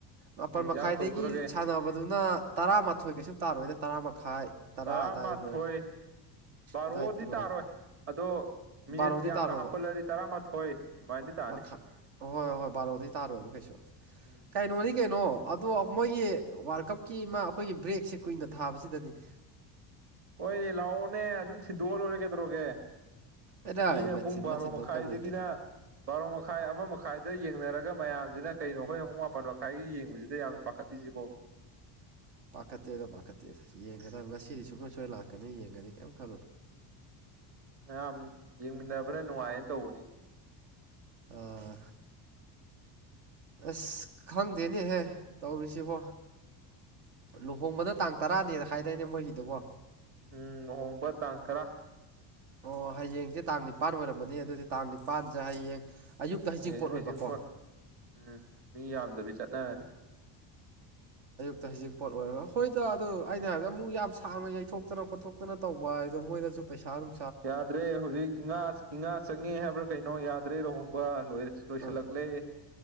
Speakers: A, on the right; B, on the right.
A: ꯃꯥꯄꯜ
B: ꯀꯩ ꯌꯦꯟꯖꯥꯡ
A: ꯃꯈꯥꯏꯗꯒꯤ
B: ꯇꯧꯗꯣꯔꯒꯦ
A: ꯁꯥꯟꯅꯕꯗꯨꯅ ꯇꯔꯥꯃꯥꯊꯣꯏ ꯀꯩꯁꯨ ꯇꯥꯔꯣꯏꯗ ꯇꯔꯥ ꯃꯈꯥꯏ ꯇꯔꯥ
B: ꯇꯔꯥꯃꯊꯣꯏ
A: ꯑꯗꯥꯏꯗ ꯂꯣꯏꯔꯦ
B: ꯕꯥꯔꯣꯗꯤ
A: ꯑꯗꯥꯏ ꯂꯣꯏꯔꯦ
B: ꯇꯥꯔꯣꯏ ꯑꯗꯣ ꯃꯤꯅꯤꯠ
A: ꯕꯥꯔꯣꯗꯤ
B: ꯌꯥꯝꯅ
A: ꯇꯥꯔꯣꯏꯕ
B: ꯍꯥꯞꯀꯠꯂꯗꯤ ꯇꯔꯥꯃꯥꯊꯣꯏ ꯑꯗꯨꯃꯥꯏꯅꯗꯤ ꯇꯥꯅꯤ
A: ꯃꯈꯥ ꯍꯣꯏ ꯍꯣꯏ ꯕꯥꯔꯣꯗꯤ ꯇꯥꯔꯣꯏꯕ ꯀꯩꯁꯨ
B: ꯎꯝ
A: ꯀꯩꯅꯣꯅꯤ ꯀꯩꯅꯣ ꯑꯗꯣ ꯃꯣꯏꯒꯤ ꯋꯥ꯭ꯔꯜ ꯀꯞꯀꯤ ꯃꯥ ꯑꯩꯈꯣꯏꯒꯤ ꯕ꯭ꯔꯦꯛꯁꯦ ꯀꯨꯏꯅ ꯊꯥꯕꯖꯤꯗꯅꯤꯅꯦ
B: ꯍꯣꯏꯅꯦ ꯂꯥꯛꯑꯣꯅꯦ ꯑꯗꯨꯝ ꯊꯤꯟꯗꯣꯛꯑ ꯂꯣꯏꯔꯦ ꯀꯩꯗꯧꯔꯒꯦ
A: ꯑꯩꯅ
B: ꯃꯤꯅ
A: ꯃꯆꯤꯟ
B: ꯄꯨꯡ ꯕꯥꯔꯣ
A: ꯃꯆꯤꯟꯗꯣ
B: ꯃꯈꯥꯏꯗꯒꯤꯅ
A: ꯀꯩꯝ ꯂꯩꯇꯦ
B: ꯕꯥꯔꯣ ꯃꯈꯥꯏ ꯑꯃ ꯃꯈꯥꯏ ꯌꯦꯡꯅꯔꯒ ꯃꯌꯥꯝꯖꯤꯅ ꯀꯩꯅꯣ ꯑꯩꯈꯣꯏꯅ ꯄꯨꯡ ꯃꯥꯄꯜ ꯃꯈꯥꯏꯒꯤ ꯌꯦꯡꯕꯖꯤꯗ ꯌꯥꯝ ꯄꯥꯈꯠꯂꯤꯖꯤꯕꯣ
A: ꯄꯥꯈꯠꯇꯦꯗ ꯄꯥꯈꯠꯇꯦꯗ ꯌꯦꯡꯉꯗꯕꯅꯤ ꯉꯁꯤꯗꯤ ꯁꯨꯛꯁꯣꯏ ꯁꯣꯏ ꯂꯥꯛꯀꯅꯤ ꯌꯦꯡꯒꯅꯤ ꯀꯌꯤꯝ ꯈꯜꯂꯨꯅꯨ
B: ꯃꯌꯥꯝ ꯌꯦꯡꯃꯤꯟꯅꯕꯅ ꯅꯨꯡꯉꯥꯏꯌꯦꯅ ꯇꯧꯕꯅꯤꯅꯦ
A: ꯎꯝ ꯑꯁ ꯈꯪꯗꯦꯅꯦꯍꯦ ꯇꯧꯔꯤꯁꯤꯕꯣ ꯂꯨꯍꯣꯡꯕꯅ ꯇꯥꯡ ꯇꯔꯥꯅꯦꯅ ꯍꯥꯏꯗꯥꯏꯅꯦ ꯃꯣꯏꯒꯤꯗꯨꯕꯣ
B: ꯎꯝ ꯂꯨꯍꯣꯡꯕ ꯇꯥꯡ ꯇꯔꯥ
A: ꯑꯣ ꯍꯌꯦꯡꯖꯦ ꯇꯥꯡ ꯅꯤꯄꯥꯟ ꯑꯣꯏꯔꯝꯃꯅꯤ ꯑꯗꯨꯗꯤ ꯇꯥꯡ ꯅꯤꯄꯥꯟꯖꯦ ꯍꯌꯦꯡ ꯑꯌꯨꯛꯇ
B: ꯍꯌꯦꯡ
A: ꯑꯣꯏꯕꯀꯣ
B: ꯍꯩꯖꯤꯡꯄꯣꯠ ꯎꯝ ꯃꯤ ꯌꯥꯝꯗꯕꯤ ꯆꯠꯅꯔꯅꯤ
A: ꯇ ꯍꯧꯖꯤꯡꯄꯣꯠ ꯑꯣꯏꯔꯣ ꯍꯣꯏꯗ ꯑꯗꯨ ꯑꯩꯅ ꯍꯥꯏꯕꯗ ꯑꯃꯨꯛ ꯌꯥꯝ ꯁꯥꯡꯅ ꯌꯩꯊꯣꯛꯇꯅ ꯈꯣꯠꯇꯣꯛꯇꯅ ꯇꯧꯕ ꯍꯥꯏꯗꯣ ꯃꯣꯏꯗꯖꯨ ꯄꯩꯁꯥ ꯑꯗꯨꯝ
B: ꯌꯥꯗ꯭ꯔꯦ ꯍꯧꯖꯤꯛ ꯏꯉꯥ ꯏꯉꯥ ꯆꯪꯉꯛꯑꯦ ꯍꯥꯏꯕ꯭ꯔꯥ ꯀꯩꯅꯣ ꯌꯥꯗ꯭ꯔꯦ ꯂꯨꯍꯣꯡꯕ ꯂꯣꯏꯔꯦ ꯂꯣꯏꯁꯤꯜꯂꯛꯂꯦ
A: ꯑ